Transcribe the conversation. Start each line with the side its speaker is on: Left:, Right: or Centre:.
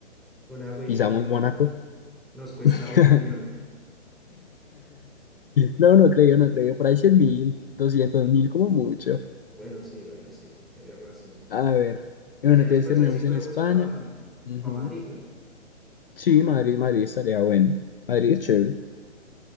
Centre: una agüita
Left: pisamos
Centre: y la agüita
Left: Mónaco.
Centre: nos cuesta
Left: <laughs>
Centre: un riñón.
Left: No, no creo, no creo. Por ahí 100 mil, doscientos mil como mucho.
Centre: Bueno, sí, bueno, sí, tienes razón.
Left: A ver. Y
Centre: Y
Left: Bueno,
Centre: ya
Left: entonces
Centre: después
Left: terminamos
Centre: ahí sí cogemos
Left: en España.
Centre: para pa
Left: Ujú.
Centre: pa Madrid, ¿no?
Left: Sí, Madrid, Madrid estaría bueno. Madrid es chévere.